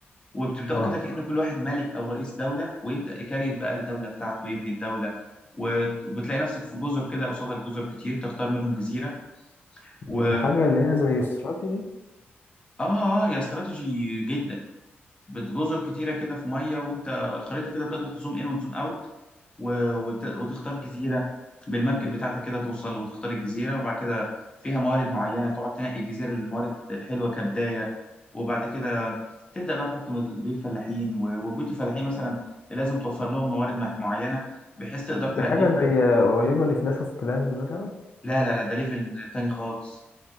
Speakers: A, on the left; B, on the left.
A: وبتبداوا
B: اه
A: كده كأن كل واحد ملك او رئيس دوله ويبدا يكريت بقى الدوله بتاعته ويبني الدوله وت- وبتلاقي نفسك في جزر كده قصادك جزر كتير تختار منهم جزيره
B: دي
A: و...
B: الحاجة اللي هي زي استراتيجي
A: اه اه يا استراتيجي جدا بت- جزر كتيرة كده في مية وانت الخريطة كده بتقدر تزوم ان وتزوم اوت و- وت- وتختار جزيرة بالمركب بتاعتك كده توصل وتختار الجزيرة وبعد كده فيها موارد معينة تقعد تنقي الجزيرة اللي الموارد حلوة كبداية وبعد كده تبدأ بقى تحط مز- بيوت فلاحين و- وبيوت الفلاحين مثلا لازم توفر لهم موارد مح- معينة بحيث تقدر ترقيهم
B: دي حاجة زي قريبة لكلاش اوف كلانز مثلا
A: لا لا لا ده ليفل تاني خالص